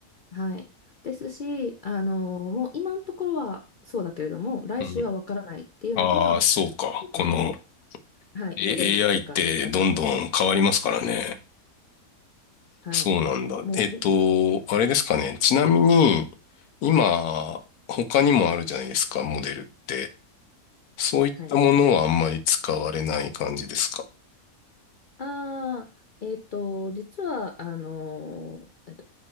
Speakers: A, on the left; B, on the left.
A: はい。ですし、あの、もう今のところはそうだけれども、来週はわからないっていうのが、
B: うん。ああ、そうか。
A: この、
B: この、
A: はい、
B: A-
A: モデルの世界だなと思ってる。
B: AI ってどんどん変わりますからね。
A: はい。
B: そうなんだ。
A: もう
B: えっと、あれですかね。ちなみに、今、他にもあるじゃないですか、モデルって。そういったものはあんまり使われない感じですか
A: はい。ああ、えっと、実は、あのー、えっと、